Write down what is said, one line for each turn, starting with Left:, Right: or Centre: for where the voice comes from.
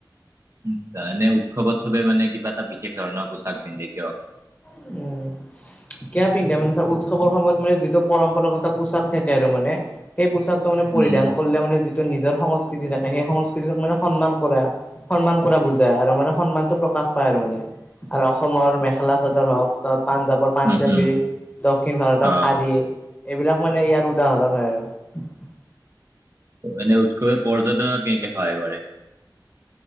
Right: নি্চা এনে উৎসৱ উৎস চৱে মানে কিবা এটা বিশেষ ধৰণৰ পোছাক পিন্ধে কিয়ক
Left: উম কে পিন্ধে মানে চা উৎসৱৰ সময়ত মানে যিটো পৰম্পৰাগত পোছাক থাকে আৰু মানে সেই পোচাকটো মানে পৰিধান
Right: উম,
Left: কৰিলে মানে যিটো নিজৰ সংস্কৃতি থাকে সেই সংস্কৃতিটোক মানে সন্মান কৰা সন্মান কৰা বুজাই আৰু মানে সন্মানতটো প্ৰকাশ পায় আৰু মানে আৰু অসমৰ মেখেলা ধৰক হওক ত পাঞ্জাৱৰ পাঞ্জাৱী
Right: উম, উম,
Left: দক্ষিণ ভাৰতৰ
Right: অ',
Left: শাৰী এইবিলাক মানে ইয়াৰ উদাহৰণ হয় আৰু
Right: এনে উৎসৱে পৰ্যটনত কেনেকে সহায় কৰে